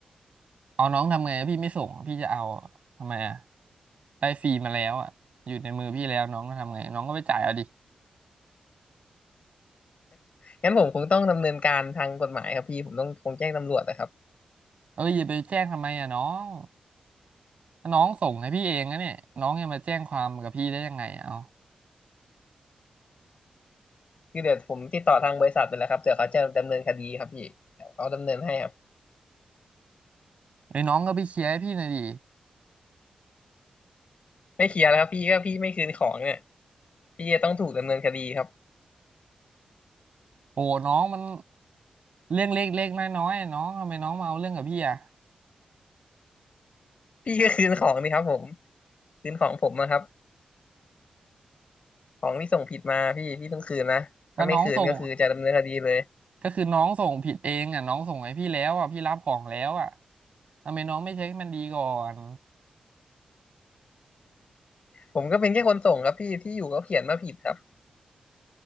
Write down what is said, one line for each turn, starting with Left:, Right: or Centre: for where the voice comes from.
Right: เอาน้องทำไงอะพี่ไม่ส่งอะพี่จะเอาอะทำไมอ่ะได้ฟรีมาแล้วอ่ะอยู่ในมือพี่แล้วน้องก็ทำไงน้องก็ไปจ่ายเอาดิ
Left: งั้นผมคงต้องดำเนินการทางกฎหมายครับพี่ผมต้องคงแจ้งตำรวจนะครับ
Right: เอ้ยอย่าไปแจ้งทำไมอ่ะน้องถ้าน้องส่งให้พี่เองนะเนี่ยน้องยังมาแจ้งความกับพี่ได้ยังไงอะเอา
Left: คือเดี๋ยวผมติดต่อทางบริษัทไปแล้วครับเดี๋ยวเขาจะดำเนินคดีครับพี่เดี๋ยวเขาดำเนินให้ครับ
Right: เอ้ยน้องก็ไปเคลียร์ให้พี่หน่อยดิ
Left: ไม่เคลียร์แล้วครับพี่ก็พี่ไม่คืนของเนี่ยพี่จะต้องถูกดำเนินคดีครับ
Right: โอ้น้องมันเรื่องเล็กๆน้อยๆอะน้องทำไมน้องมาเอาเรื่องกับพี่อ่ะ
Left: พี่ก็คืนของนี่ครับผมคืนของผมนะครับของที่ส่งผิดมาพี่พี่ต้องคืนนะถ้าไม่คืนก็คือจะดำเนินคดีเลย
Right: แล้วน้องส่งก็คือน้องส่งผิดเองอ่ะน้องส่งให้พี่แล้วอ่ะพี่รับของแล้วอ่ะทำไมน้องไม่เช็คให้มันดีก่อน
Left: ผมก็เป็นแค่คนส่งครับพี่ที่อยู่ก็เขียนมาผิดครับ